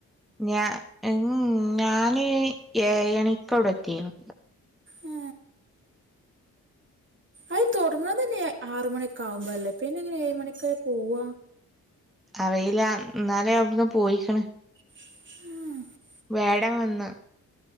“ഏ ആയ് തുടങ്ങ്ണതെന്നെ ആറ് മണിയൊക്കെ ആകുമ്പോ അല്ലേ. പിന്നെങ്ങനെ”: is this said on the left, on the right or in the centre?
Right